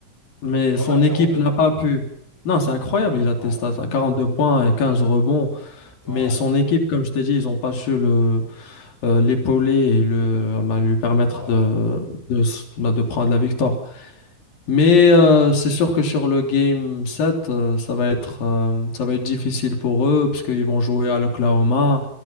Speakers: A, on the left; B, in the centre.
A: mais
B: Pas
A: son
B: mal 42
A: équipe n'a
B: non
A: pas
B: plus.
A: pu. Non, c'est incroyable, il a tes
B: Ouais.
A: stats, hein, 42 points et 15 rebonds.
B: Ouais,
A: Mais
B: ouais.
A: son équipe, comme je t'ai dit, ils n'ont pas su le euh, l'épauler et le, bah, lui permettre
B: Ouais,
A: de,
B: ouais.
A: de, s- bah, de prendre la victoire. Mais euh, c'est sûr que sur le game 7, euh, ça va être, euh, ça va être difficile pour eux parce qu'ils vont jouer à l'Oklahoma.